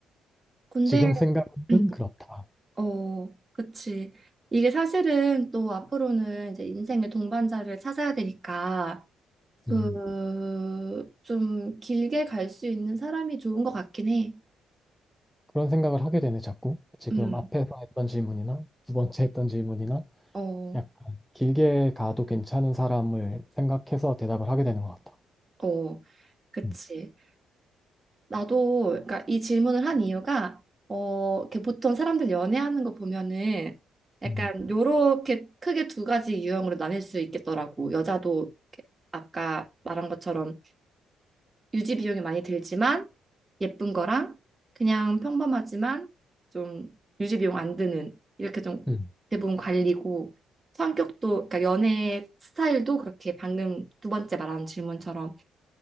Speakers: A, on the right; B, in the centre.
A: 근데,
B: 지금 생각은
A: <clears throat>
B: 그렇다.
A: 어, 그치. 이게 사실은 또 앞으로는 이제 인생의 동반자를 찾아야 되니까, 그,
B: 음.
A: 좀 길게 갈 수 있는 사람이 좋은 것 같긴 해.
B: 그런 생각을 하게 되네, 자꾸. 지금
A: 음,
B: 앞에서 했던 질문이나 두 번째 했던 질문이나
A: 어,
B: 약간 길게 가도 괜찮은 사람을 생각해서 대답을 하게 되는 것 같다.
A: 어, 그치.
B: 음,
A: 나도 그러니까 이 질문을 한 이유가 어, 이렇게 보통 사람들 연애하는 거 보면은 약간
B: 음,
A: 요렇게 크게 두 가지 유형으로 나뉠 수 있겠더라고. 여자도 이렇게 아까 말한 것처럼 유지 비용이 많이 들지만 예쁜 거랑 그냥 평범하지만 좀 유지 비용 안 드는 이렇게 좀
B: 음,
A: 대부분 관리고 성격도 그러니까 연애 스타일도 그렇게 방금 두 번째 말한 질문처럼